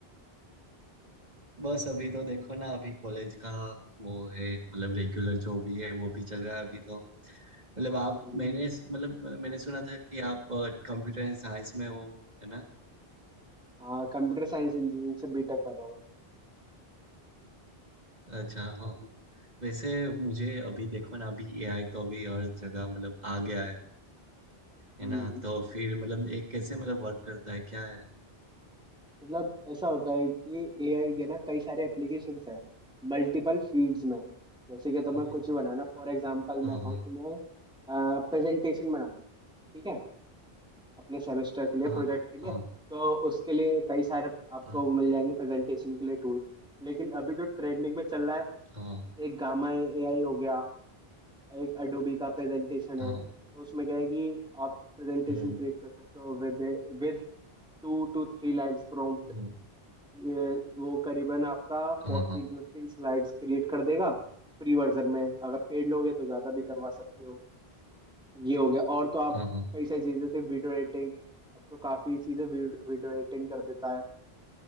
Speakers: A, on the right; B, in the centre.
A: बस अभी तो देखो ना अभी कॉलेज का वो है मतलब रेगुलर जो भी है वो भी चल रहा है अभी तो मतलब आप
B: हम्म,
A: मैंने मतलब मैंने सुना था कि आप कंप्यूटर एंड साइंस में हो है ना
B: हाँ कंप्यूटर साइंस इंजीनियरिंग से बीटेक कर रहा हूँ मैं
A: अच्छा हाँ हाँ वैसे मुझे अभी देखो ना अभी एआई तो अभी हर जगह मतलब आ गया है है
B: हम्म,
A: ना तो फिर मतलब एक कैसे मतलब वर्क करता है क्या है
B: मतलब ऐसा होता है कि एआई के ना कई सारे एप्लीकेशंस हैं मल्टीपल फील्ड्स में जैसे कि तुम्हें
A: हाँ
B: कुछ ही बनाना फॉर एग्जांपल
A: हाँ
B: मैं कहूँ तुम्हें प्रेजेंटेशन बनानी है, ठीक है अपने सेमेस्टर के लिए
A: हाँ
B: प्रोजेक्ट के लिए
A: हाँ
B: तो उसके लिए कई सारे आपको
A: हाँ
B: मिल जाएंगे प्रेजेंटेशन के लिए टूल लेकिन अभी जो ट्रेंडिंग में चल रहा है
A: हाँ
B: एक गामा एआई हो गया एक अडोबी का प्रेजेंटेशन
A: हाँ,
B: है
A: हाँ,
B: तो उसमें क्या है कि आप प्रेजेंटेशन
A: हम्म
B: क्रिएट कर सकते हो with with two two three lines prompt
A: हम्म
B: ये वो करीबन आपका fourteen
A: हाँ हाँ
B: to fifteen slides create कर देगा फ्री वर्जन में अगर पेड लोगे तो ज़्यादा भी करवा सकते हो ये हो गया और तो आप
A: हाँ हाँ
B: कई सारी चीज़ें जैसे वीडियो एडिटिंग अब तो काफ़ी चीज़ें वीडियो एडिटिंग कर देता है